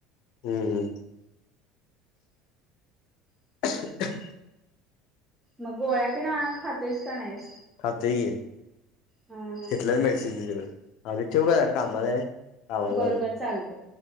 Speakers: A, on the left; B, on the right.
A: हू हू <inaudible>
B: मग गोळ्या तेनं खातोयस का नाहीस
A: खातोयकी
B: हा
A: तिथलंच मेडिसिन घेतलं आता ठेवू काय जरा कामात आहे कामाला
B: बर
A: लावलोय.
B: बर चालत